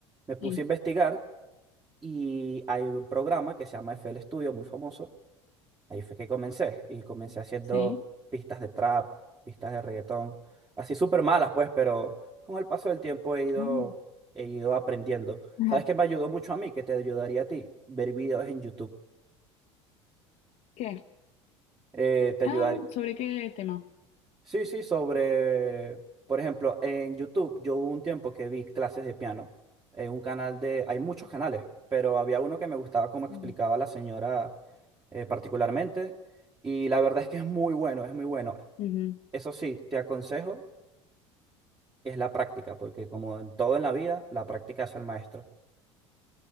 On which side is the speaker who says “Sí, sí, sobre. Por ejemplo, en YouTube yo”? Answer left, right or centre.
Right